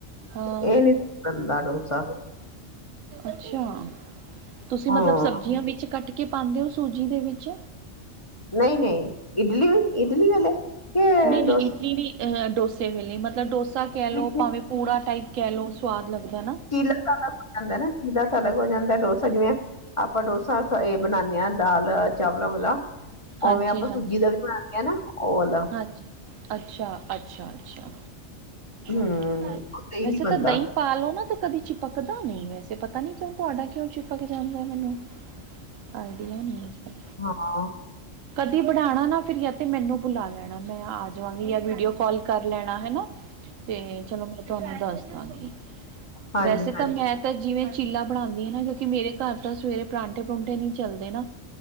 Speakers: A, on the right (about 80°); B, on the left (about 30°).
A: ਹਾਂ
B: ਇਹ ਨੀ ਗੰਦਾ, ਡੋਸਾ।
A: ਅੱਛਾ, ਤੁਸੀਂ
B: ਹਾਂ
A: ਮਤਲਬ ਸਬਜ਼ੀਆਂ ਵਿੱਚ ਕੱਟ ਕੇ ਪਾਉਂਦੇ ਹੋ, ਸੂਜੀ ਦੇ ਵਿੱਚ
B: ਨਹੀਂ- ਨਹੀਂ ਇਡਲੀ ਵੀ ਇਡਲੀ ਵਾਲੇ ਕਿ
A: ਨਹੀਂ-ਨਹੀਂ
B: ਡੋਸਾ
A: ਇਡਲੀ ਨੀ ਡੋਸੇ ਵੇਲੇ, ਮਤਲਬ ਡੋਸਾ ਕਹਿ ਲਉ,
B: ਵਿੱਚ
A: ਭਾਵੇਂ ਪੂੜਾ ਟਾਈਪ ਕਹਿ ਲਉ, ਸਵਾਦ ਲੱਗਦਾ ਨਾ
B: ਚੀਲਾ ਤਾਂ ਅਲੱਗ ਹੋ ਜਾਂਦਾ, ਨਾ ਚੀਲਾ ਤਾਂ ਅਲਗ ਹੋ ਜਾਂਦਾ, ਡੋਸਾ ਜਿਵੇਂ ਆਪਾਂ ਡੋਸਾ, ਇਹ ਬਣਾਉਦੇ ਹਾਂ ਦਾਲ ਚਾਵਲਾਂ ਵਾਲਾ
A: ਹਾਂਜੀ,
B: ਉਵੇਂ ਆਪਾਂ
A: ਹਾਂਜੀ-
B: ਸੂਜੀ ਦਾ ਵੀ ਬਣਾਦੇ ਆ ਨਾ ਉਹ ਵਾਲਾ
A: ਹਾਂਜੀ ਅੱਛਾ, ਅੱਛਾ- ਅੱਛਾ
B: ਹੂੰ
A: ਅੱ
B: ਉਹ ਸਹੀ
A: ਵੈਸੇ
B: ਨੀ ਬਣਦਾ
A: ਤਾਂ ਦਹੀਂ ਪਾਲੋ ਨਾ ਤੇ, ਕਦੀ ਚਿਪਕਦਾ ਨਹੀਂ ਵੈਸੇ ਪਤਾ ਨਈ, ਕਿਉਂ ਤੁਹਾਡਾ, ਕਿਉਂ ਚਿਪਕ ਜਾਂਦਾ ਮੈਨੂੰ
B: <inaudible>
A: ਆਈ ਡੀਆ ਨਹੀਂ ਸੀ।
B: ਹਾਂ
A: ਕਦੀ ਬਣਾਉਣਾ ਨਾ ਫਿਰ ਯ ਤੇ ਮੈਨੂੰ ਬੁਲਾ ਲੈਣਾ ਫਿਰ। ਆ ਜਾਵਾਂਗੀ ਜਾਂ ਵੀਡੀਓ ਕਾਲ ਕਰ ਲੈਣਾ ਹਨਾ। ਤੇ ਚਲੋ ਮੈਂ ਤੁਹਾਨੂੰ ਦੱਸ ਦਾਂਗੀ।
B: ਹਾਂਜੀ।
A: ਵੈਸੇ
B: ਹਾਂਜੀ
A: ਤਾਂ ਮੈਂ ਤਾਂ ਜਿਵੇਂ ਚੀਲਾ ਬਣਾਉਂਦੀ ਹ ਨਾ ਕਿਉਂਕਿ ਮੇਰੇ ਘਰ ਤਾਂ ਸਵੇਰੇ ਪਰਾਂਠੇ ਪਰੁੰਠੇ ਨਹੀਂ ਚੱਲਦੇ ਨਾ।